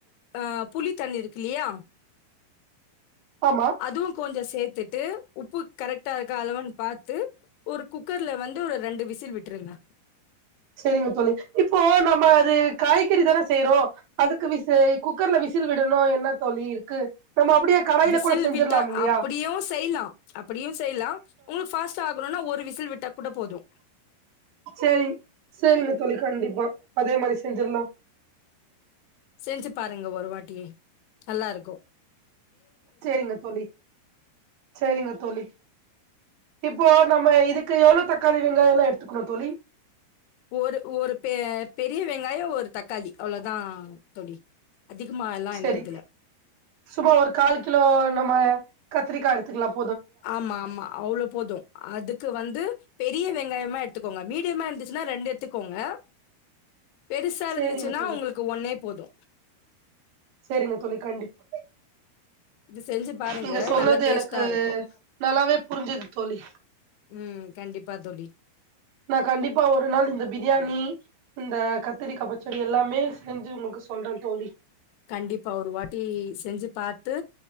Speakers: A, on the left; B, on the right.
A: ஆ புளி தண்ணி இருக்குல்லயா.
B: ஆமா
A: அதுவும் கொஞ்சோ ஸ் சேர்த்துட்டு உப்பு கரெக்டா இருக்க அளவுன்னு பாத்து ஒரு குக்கர்ல வந்து ஒரு ரெண்டு விசில் விட்டுருங்க
B: சேரிங்க தோழி இப்போ நம்ம அது காய்கறி தான செய்யறோ அதுக்கு விசு குக்கர்ல விசில் விடணு என்ன தோழி இருக்கு நம்ம அப்டியே கடாயில
A: விசில்
B: கூட செஞ்சிர்லாம்
A: விட்டா
B: இல்லையா
A: அப்பிடியு செய்யலா அப்பிடியு செய்யலா உங்ளுக் பாஸ்ட ஆகணுன்னா ஒரு விசில் விட்டா கூட போதும்
B: சேரிங் சேரிங்க தோழி கண்டிப்பா அதே மாரி செஞ்சிரலா
A: செஞ்சி பாருங்க ஒரு வாட்டி நல்லா இருக்கு
B: சேரிங்க தோழி சேரிங்க தோழி இப்போ நம்ம இதுக்கு எவ்ளோ தக்காளி வெங்காயேல்லா எடுத்துக்கணு தோழி
A: ஒரு ஒரு பெ பெரிய வெங்காயோ ஒரு தக்காளி அவ்ளதா தோழி அதிகமா எல்லாம்
B: சேரி
A: இல்லை இதுல
B: சும்மா ஒரு கால் கிலோ நம்ம கத்திரிக்கா எடுத்துக்கலாம்
A: ஆமா ஆமா அவ்ளோ போது அதுக்கு வந்து பெரிய வெங்காயமா எடுத்துக்கோங்க மீடியமா இருந்துச்சுன்னா ரெண்டு எடுத்துக்கோங்க பெருசா
B: சேரிங்க
A: இருந்துச்சுன்னா
B: தோழி
A: உங்களுக்கு ஒன்னே போது
B: சேரிங்க தோழி கண்டிப்
A: இது செஞ்சு பாருங்க
B: நீங்க சொன்னது
A: நல்லா டேஸ்டா
B: எனக்கு
A: இருக்கும்
B: நல்லாவே புரிஞ்சது தோழி
A: ம் கண்டிப்பா தோழி
B: நா கண்டிப்பா ஒரு நாள் இந்த பிரியாணி இந்த கத்திரிக்கா பச்சடி எல்லாமே செஞ்சி உங்களுக்கு சொல்றே தோழி
A: கண்டிப்பா ஒரு வாட்டி செஞ்சி பாத்து